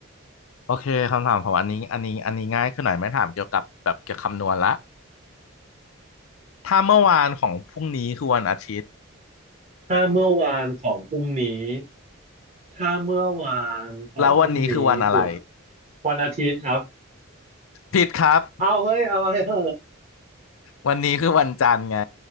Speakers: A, on the left; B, on the right.
A: โอเคคำถามของอันนี้อันนี้อันนี้ง่ายขึ้นหน่อยไม่ถามเกี่ยวกับแบบเกี่ยวกับคำนวณละถ้าเมื่อวานของพรุ่งนี้คือวันอาทิตย์
B: ถ้าเมื่อวานของพรุ่งนี้ถ้าเมื่อวานของพรุ่งนี้คือ
A: แล้ววันนี้คือวันอะไร
B: วันอาทิตย์ครับ
A: ผิดครับ
B: เอาเฮ้ยอะไรเหรอ
A: วันนี้คือวันจันทร์ไง